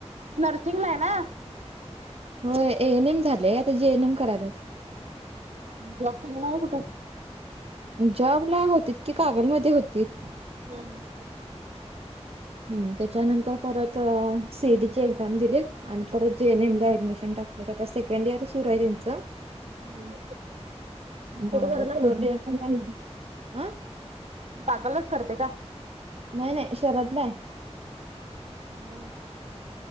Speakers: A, on the right; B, on the right.
A: नर्सिंग ला आहे ना.
B: हो ए एनएम झालेय, आता जेएनएम करालास.
A: जॉब केली नाही कुठे?
B: जॉब ला होती की, कागलमध्ये होतीत.
A: हम्
B: ह्म त्याच्यानंतर परत सी ई टी ची एक्झाम दिली आणि परत जेएनएम ऍडमिशन टाकलं सेकंड इयर सुर आहे त्यांचं,
A: हम्म कुठं
B: मग
A: कराय लागल्या ती.
B: <unintelligible>
A: कागलाच करते का?
B: नाही नाही शरदला हाय.
A: हा